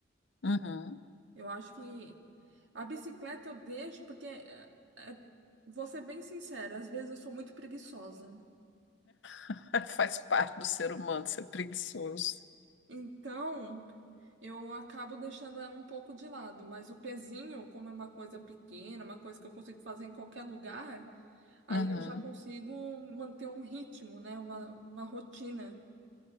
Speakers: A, on the left; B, on the right.
A: Uhum.
B: Eu acho que a bicicleta eu deixo porque, é, é, vou ser bem sincera, às vezes eu sou muito preguiçosa.
A: <laughs> Faz parte do ser humano ser preguiçoso.
B: Então, eu acabo deixando ela um pouco de lado, mas o pezinho, como é uma coisa pequena, uma coisa que eu consigo fazer em qualquer lugar. Aí
A: Uhum.
B: eu já consigo manter um ritmo, né? Uma, uma rotina.